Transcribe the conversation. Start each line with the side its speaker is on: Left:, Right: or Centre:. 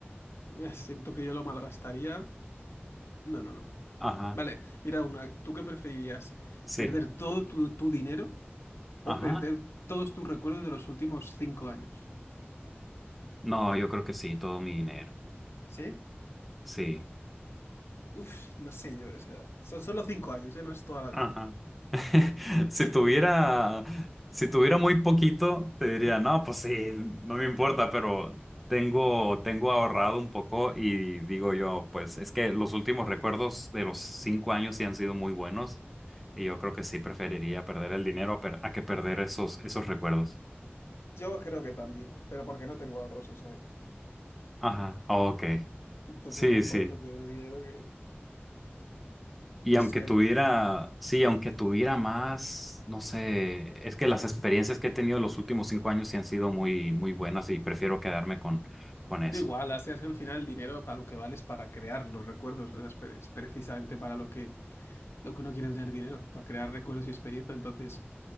Left: eh, Siento que yo lo malgastaría. No, no, no.
Centre: ajá.
Left: Vale, mira una, ¿tú qué preferirías?
Centre: Sí,
Left: ¿Perder todo tu, tu dinero o
Centre: Ajá.
Left: perder todos tus recuerdos de los últimos cinco años?
Centre: No, yo creo que sí, todo mi dinero.
Left: ¿Sí?
Centre: Sí.
Left: Uf, no sé yo, o sea, son solo cinco años, ¿eh? No es toda la vida.
Centre: Ajá. <laughs> Si
Left: <laughs>
Centre: tuviera, si tuviera muy poquito, te diría, no, pues sí, no me importa, pero tengo, tengo ahorrado un poco y digo yo, pues es que los últimos recuerdos de los cinco años sí han sido muy buenos y yo creo que sí preferiría perder el dinero a, per- a que perder esos, esos recuerdos.
Left: Yo creo que también, pero porque no tengo ahorros, o sea que.
Centre: Ajá. Ok.
Left: Entonces
Centre: Sí,
Left: mejor
Centre: sí.
Left: perder el dinero que.
Centre: Y
Left: Pues
Centre: aunque
Left: sí, hombre.
Centre: tuviera, sí, aunque tuviera más, no sé, es que las experiencias que he tenido los últimos cinco años sí han sido muy, muy buenas y prefiero quedarme con, con eso.
Left: Da igual, hacerse al final el dinero para lo que vale es para crear los recuerdos, o sea, es pre- es precisamente para lo que lo que uno quiere es tener dinero para crear recuerdos y experiencia. Entonces,